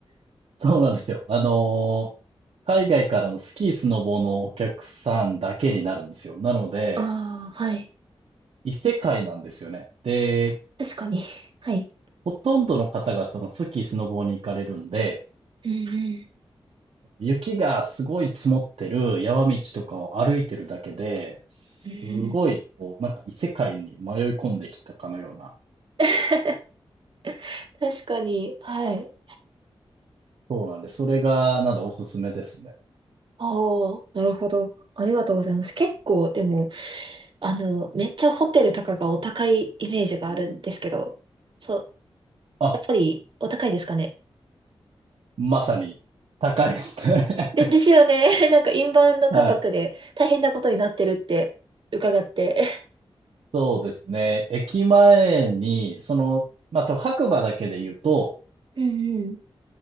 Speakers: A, on the right; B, on the right.
A: そうなんですよ。あの、海外からのスキー、スノボーのお客さんだけになるんですよ。なので、
B: ああ、はい。
A: 異世界なんですよね。で、
B: 確かに。<laughs> はい。
A: ほとんどの方がそのスキー、スノボーに行かれるんで、
B: うんうん。
A: 雪がすごい積もってる山道とかを歩いてるだけで、すごい、
B: うんうん。
A: こう、なんか異世界に迷い込んできたかのような。
B: <laughs> 確かに。はい。
A: そうなんで、それが、なんでおすすめですね。
B: ああ、なるほど。ありがとうございます。結構、でも、あの、めっちゃホテルとかがお高いイメージがあるんですけど、そう、
A: あ、
B: やっぱりお高いですかね。
A: まさに、高いですね。
B: で、ですよね。
A: <laughs>
B: <laughs> なんかインバウンド価格で大変なことになってるって伺って。
A: はい。そうですね。駅前に、その、まあ、と白馬だけで言うと、
B: <laughs> うんうん。